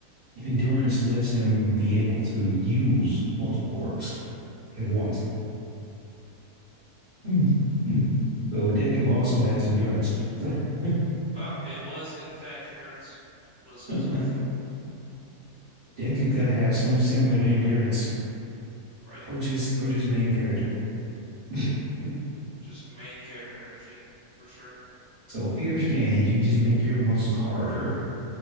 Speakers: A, on the right; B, on the left.
A: endurance lets him be able to use multiple quirks
B: hmm
A: at once. Hmm. Hmm. So Deku also has endurance. So, <laughs>
B: Oh, it was in fact endurance was his
A: so
B: original,
A: Deku gotta have some similar to endurance,
B: right?
A: or just or just main character. <laughs>
B: Just main character energy for sure.
A: So fierce gains, you just make your muscles harder.